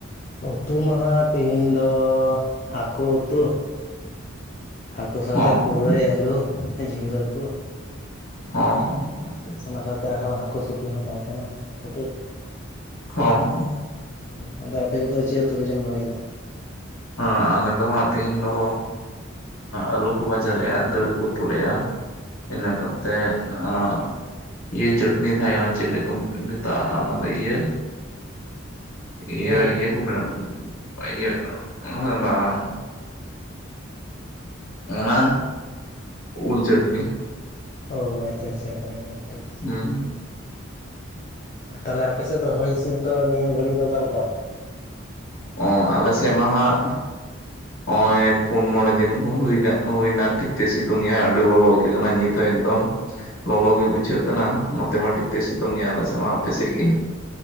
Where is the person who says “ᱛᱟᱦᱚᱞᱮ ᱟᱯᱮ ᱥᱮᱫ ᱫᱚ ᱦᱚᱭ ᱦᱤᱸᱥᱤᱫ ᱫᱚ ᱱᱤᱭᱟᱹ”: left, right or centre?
Left